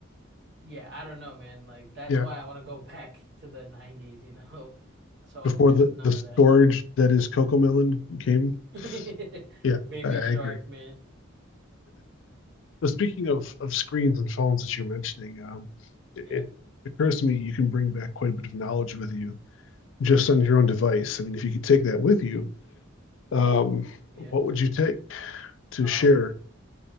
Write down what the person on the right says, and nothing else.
yeah, I don't know, man. Like that's
why I want to go back to the 90s, you know. <laughs> So
there's
none
of
that. <laughs>
Baby
Shark,
man.
Yeah.
Yeah.
Um,